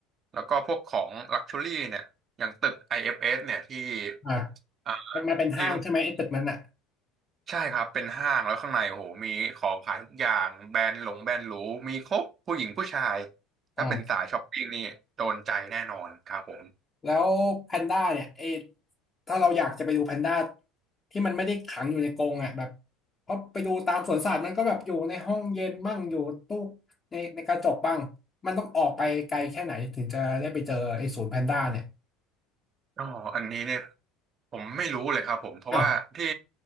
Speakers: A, on the right; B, on the left.
A: แล้วก็พวกของลักชัวรี่เนี่ยอย่างตึก IFS เอฟเอสเนี่ยที่
B: อ่า
A: เอ่อที่เพิ่ง
B: มันมันเป็นห้างใช่ไหมไอ้ตึกนั้นอ่ะ
A: ใช่ครับเป็นห้างแล้วข้างในโอ้โหมีของขายทุกอย่างแบรนด์หลงแบรนด์หรูมีครบผู้หญิงผู้ชายถ้าเป็นสายช้อปปิ้งนี่โดนใจแน่นอนครับผม
B: อ่า แล้วแพนด้าเนี่ยเอถ้าเราอยากจะไปดูแพนด้าที่มันไม่ได้ขังอยู่ในกรงอ่ะแบบเพราะไปดูตามสวนสัตว์มันก็แบบอยู่ในห้องเย็นบ้างอยู่ตู้ในในกระจกบ้างมันต้องออกไปไกลแค่ไหนถึงจะได้ไปเจอไอ้ศูนย์แพนด้าเนี่ย
A: อ๋ออันนี้เนี่ยผมไม่รู้เลยครับผมเพราะว่าที่
B: อ้าว